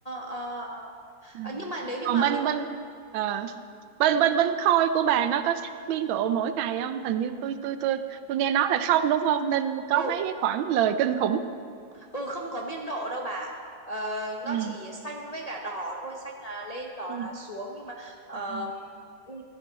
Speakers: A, on the left; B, on the right.
A: ờ ờ ờ.
B: Ừ.
A: Ờ, nhưng mà nếu như
B: còn
A: mà
B: bên
A: mình
B: bên ờ, bên
A: Ừ,
B: bên bên khôi của bà nó có xét biên độ mỗi ngày không hình như tôi tôi tôi tôi nghe nói là không đúng không nên có
A: ừ,
B: mấy cái khoảng lời kinh khủng
A: ừ, không có biên độ đâu bà. Ờ,
B: ừ
A: nó chỉ xanh với cả đỏ thôi, xanh là lên, đỏ
B: ừ
A: là xuống nhưng mà ờ,
B: ừ
A: ừm,